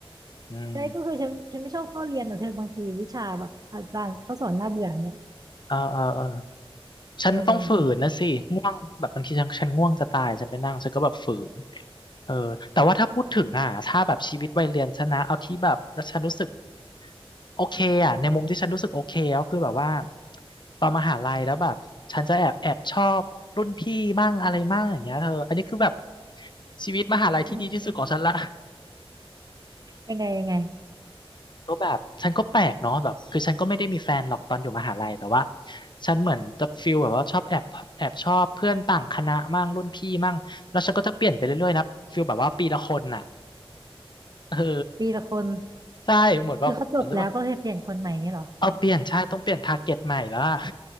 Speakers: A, on the left; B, on the right.
A: อืม
B: ใช่ก็คือฉันฉันไม่ชอบเข้าเรียนแต่เธอบางทีวิชาแบบอาจารย์เขาสอนน่าเบื่ออย่างเนี่ย
A: เออเออเออฉันต้องฝืนนะสิง่วงแบบบางทีฉันฉันง่วงจะตายฉันไปนั่งฉันก็แบบฝืน
B: เออ
A: เออแต่ว่าถ้าพูดถึงอ่ะถ้าแบบชีวิตวัยเรียนฉันนะเอาที่แบบแล้วฉันรู้สึกโอเคอ่ะในมุมที่ฉันรู้สึกโอเคก็คือแบบว่าตอนมหาลัยแล้วแบบฉันจะแอบแอบชอบรุ่นพี่มั่งอะไรมั่งอย่างเงี้ยเธออันนี้คือแบบชีวิตมหาลัยที่ดีที่สุดของฉันละ
B: อืมยังไงยังไง
A: ก็แบบฉันก็แปลกเนาะแบบคือฉันก็ไม่ได้มีแฟนหรอกตอนอยู่มหาลัยแต่ว่าฉันเหมือนจะฟิลแบบว่าชอบแอบแอบชอบเพื่อนต่างคณะมั่งรุ่นพี่มั่งแล้วฉันก็จะเปลี่ยนไปเรื่อยๆนะฟิลแบบว่าปีละคนน่ะเออ
B: ปีละคน
A: ใช่เหมือนแบบอาจจะว่า
B: คือเขาจบแล้วก็เลยเปลี่ยนคนใหม่เนี่ยเหรอ
A: เอาเปลี่ยนใช่ต้องเปลี่ยนทาร์เก็ตใหม่แล้วอะ <laughs>